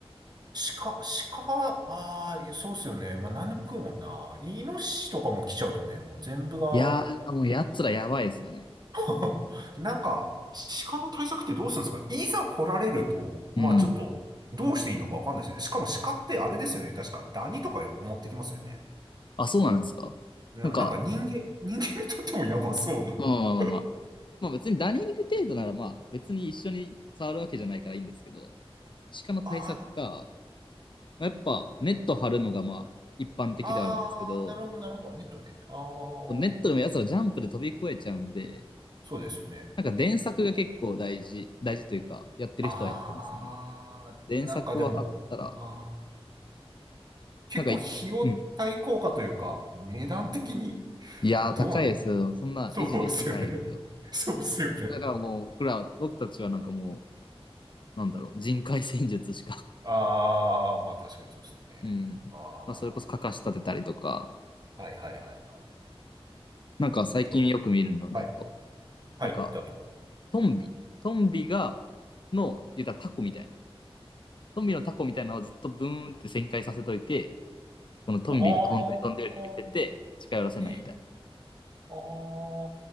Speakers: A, on the right; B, on the left.
A: 鹿、鹿、ああ、いやそうっすよね。まあ、何でも食うもんな。イノシシとかも来ちゃうとね、もう全部が
B: いやー、もう奴らやばいですよね。
A: <laughs> なんか、鹿の対策ってどうするんですかねいざ来られると、まあちょっと、
B: うん。
A: どうしていいのかわかんないですね。しかも鹿ってあれですよね。確か、ダニとか持ってきますよね。
B: あ、そうなんですか。
A: な、
B: なんか、
A: なんか人間、人間にとってもやばそうな。
B: まあまあまあま
A: <laughs>
B: まあ別にダニング程度ならまあ別に一緒に触るわけじゃないからいいんですけど、鹿の対策か、
A: あ
B: やっぱネット張るのがまあ一般的ではあるんですけど、
A: あ、ああ、なるほど、なるほど。ネットね。ああ、
B: ネットでも奴らジャンプで飛び越えちゃうんで、
A: そうですよね。
B: なんか電柵が結構大事、大事というか、やってる人はやってますね。
A: ああ、
B: 電柵を張ったら、
A: なんかでも、ああ。結構費用対効果というか、
B: なんかい、うん。
A: 値段的に
B: いやー、
A: どう、
B: 高いですよ。そんな維持できないですよ。
A: そうですよね。<laughs> そうですよね。
B: だからもう、僕ら、僕たちはなんかもう、なんだろう、人海戦術しか。
A: ああ、まあ確かにそうですよね。
B: うん。
A: ああ、
B: まあ、それこそ、
A: は
B: かかし立てたりとか、
A: いはいはいはい。
B: なんか最近よく見るのだと、
A: おはい、はい、
B: なんか
A: だと。
B: トンビ、トンビが、の、言ったらタコみたいな。トンビのタコみたいなのをずっとブーンって旋回させといて、このトンビが本当に飛んでるように見せて、
A: ああ、
B: 近寄らせないみたい
A: で、あ